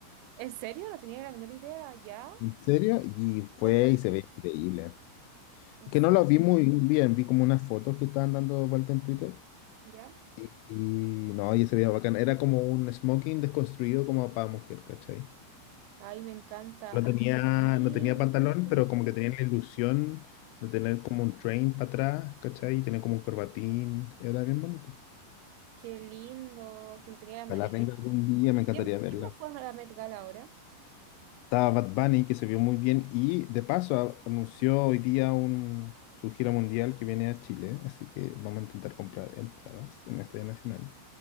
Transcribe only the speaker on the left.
en serio, y fue
y se ve increíble.
que
no lo vi muy bien, vi como unas fotos que estaban dando vuelta en Twitter.
Y, y no, y se veía bacán. Era como un smoking desconstruido como para mujer, ¿cachai?
No tenía,
no tenía
pantalón,
pero como que tenía la ilusión de tener como un train para atrás, ¿cachai? Y tenía como un corbatín. Era bien bonito.
Ojalá
venga
algún día, me
encantaría
verla.
Estaba Bad Bunny, que se vio muy bien. Y de paso a- anunció hoy día un, su gira mundial que viene a Chile. Así que vamos a intentar comprar entradas en el Estadio Nacional.